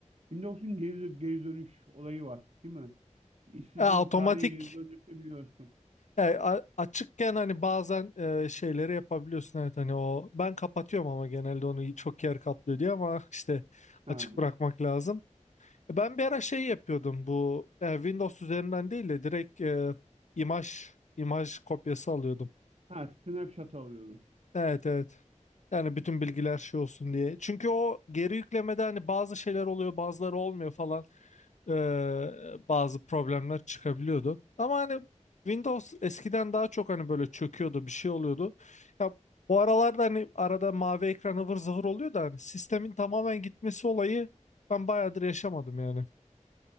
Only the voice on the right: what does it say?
Windows'un geri, geri dönüş olayı var, değil mi? İstediğin
bir tarihe geri döndürebiliyorsun.
Ha.
Ha, snapshot alıyordum.